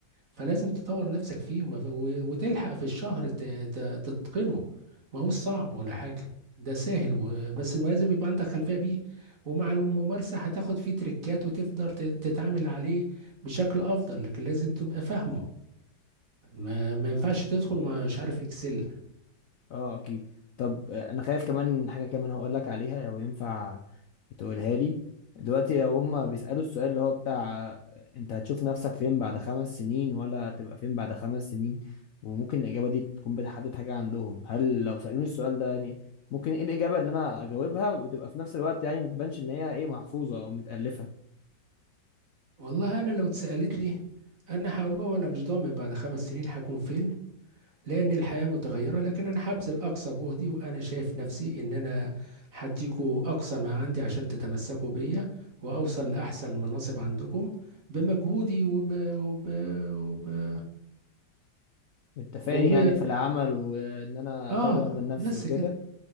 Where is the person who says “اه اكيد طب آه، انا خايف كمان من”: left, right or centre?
Left